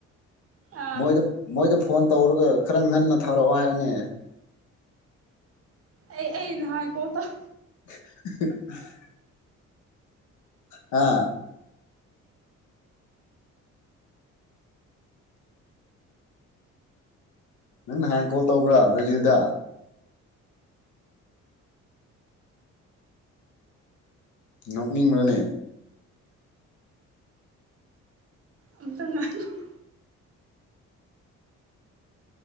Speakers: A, on the right; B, on the left.
A: ꯑꯥ
B: ꯃꯣꯏꯗ ꯃꯣꯏꯗ ꯐꯣꯟ ꯇꯧꯔꯒ ꯈꯔ ꯉꯟꯅ ꯊꯥꯔꯛꯑꯣ ꯍꯥꯏꯑꯣꯅꯦ
A: ꯑꯩ ꯑꯩ ꯅꯍꯥꯛ ꯀꯣꯜ ꯇꯧ
B: <unintelligible> ꯍꯥꯥ ꯅꯪ ꯅꯍꯥꯟ ꯀꯣꯜ ꯇꯧꯕ꯭ꯔꯥ ꯕ꯭ꯔꯥꯖꯤꯜꯗ ꯅꯣꯛꯅꯤꯡꯕ꯭ꯔꯅꯦ
A: ꯑꯝꯇ <unintelligible>